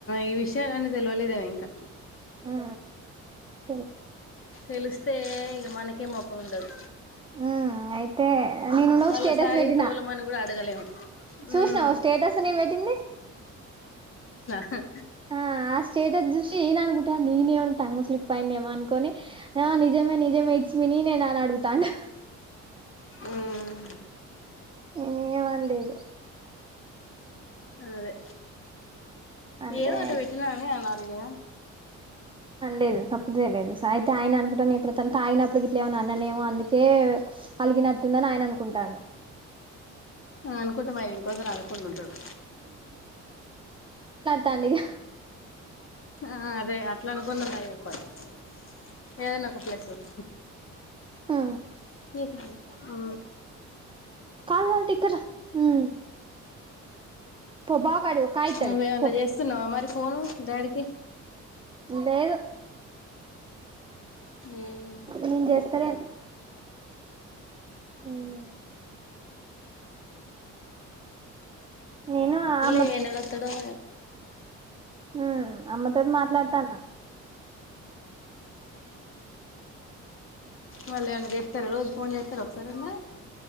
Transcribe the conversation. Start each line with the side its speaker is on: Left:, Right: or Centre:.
Left: ఈ విషయాలన్నీ తెల్వలేదేమో ఇంకా
Right: ఆ తెలు
Left: తెలిస్తే ఇక మనకే మొఖం ఉండదు
Right: ఆ అయితే నేనుండ ఓ
Left: మళ్ళసారి
Right: స్టేటస్ పెట్టినా
Left: తోలమని కూడా అడగలేము
Right: చూసినావ
Left: ఉమ్
Right: స్టేటస్ నేను పెట్టింది
Left: హ
Right: ఆ ఆ స్టేటస్ చూసి ఈయన అనుకుంటాండు. నేనేమన్న టంగ్ స్లిప్ అయి న్నేమో అనుకొని ఆ నిజమే నిజమే ఇట్స్ మి నీనే నా అని అడుగుతాండు.
Left: ఉమ్
Right: నేను ఏమి అండ్లేదు
Left: అదే
Right: అంటే
Left: ఏదో ఒకటి పెట్టిన అని అనాలిగా
Right: లేదు సప్పుడు చేయలేదు సయితే ఆయన అనుకుంటన్నా నేనుప్పుడు ఆయనప్పటికి ఇట్లేమ అన్ననేమో అందుకే అలిగినట్టుందని ఆయన అనుకుంటాను
Left: అనుకుంట మరి ఇంకోసారి అలకుండా ఉంటాడు
Right: తాండిగా
Left: ఆ అదే అట్లా <inaudible> ఏదైనా ఒక ప్లేస్ వకు
Right: ఆ
Left: తీ ఆ
Right: కాల్ కాల్ తాయి ఇక్కడ్రా ఉమ్ పో బావకాడికి కాయ్తాడు
Left: నువ్వేమన్నా
Right: పో
Left: చేస్తున్నావా మరి ఫోను డాడికి
Right: లేదు
Left: ఉమ్
Right: నేన్ జేస్తలేను ఉమ్ నేను ఆ
Left: ఏనాదోత్తడో ఏం
Right: హ్మ్మ్ అమ్మతోటి మాట్లాడతాన్న
Left: మళ్ళీ అన్నకి చెప్తారు రోజు ఫోన్ చేస్తారు ఒకసారి అన్న